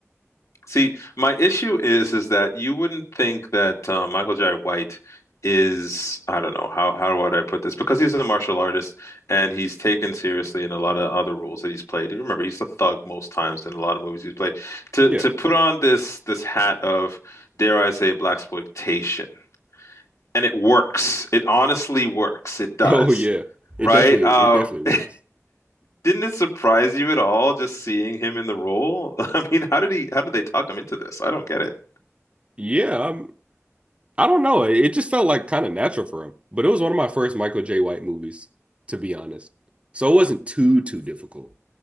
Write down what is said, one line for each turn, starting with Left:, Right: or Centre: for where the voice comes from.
Left: See, my issue is is that you wouldn't think that uh, Michael Jai White is I don't know how how would I put this because he's a martial artist and he's taken seriously in a lot of other roles that he's played. And remember, he's a thug most times in a lot of movies he's played. To
Right: Yeah.
Left: to
Right: <laughs>
Left: put on this this hat of dare I say black exploitation, and it works. It honestly works. It does.
Right: Oh yeah.
Left: Right?
Right: It definitely
Left: Um,
Right: it definitely
Left: <laughs>
Right: works.
Left: Didn't it surprise you at all just seeing him in the role? <laughs> I mean, how did he how did they talk him into this? I don't get it.
Right: Yeah, um, I don't know. It, it just felt like kind of natural for him. But it was one of my first Michael J. White movies, to be honest. So it wasn't too too difficult.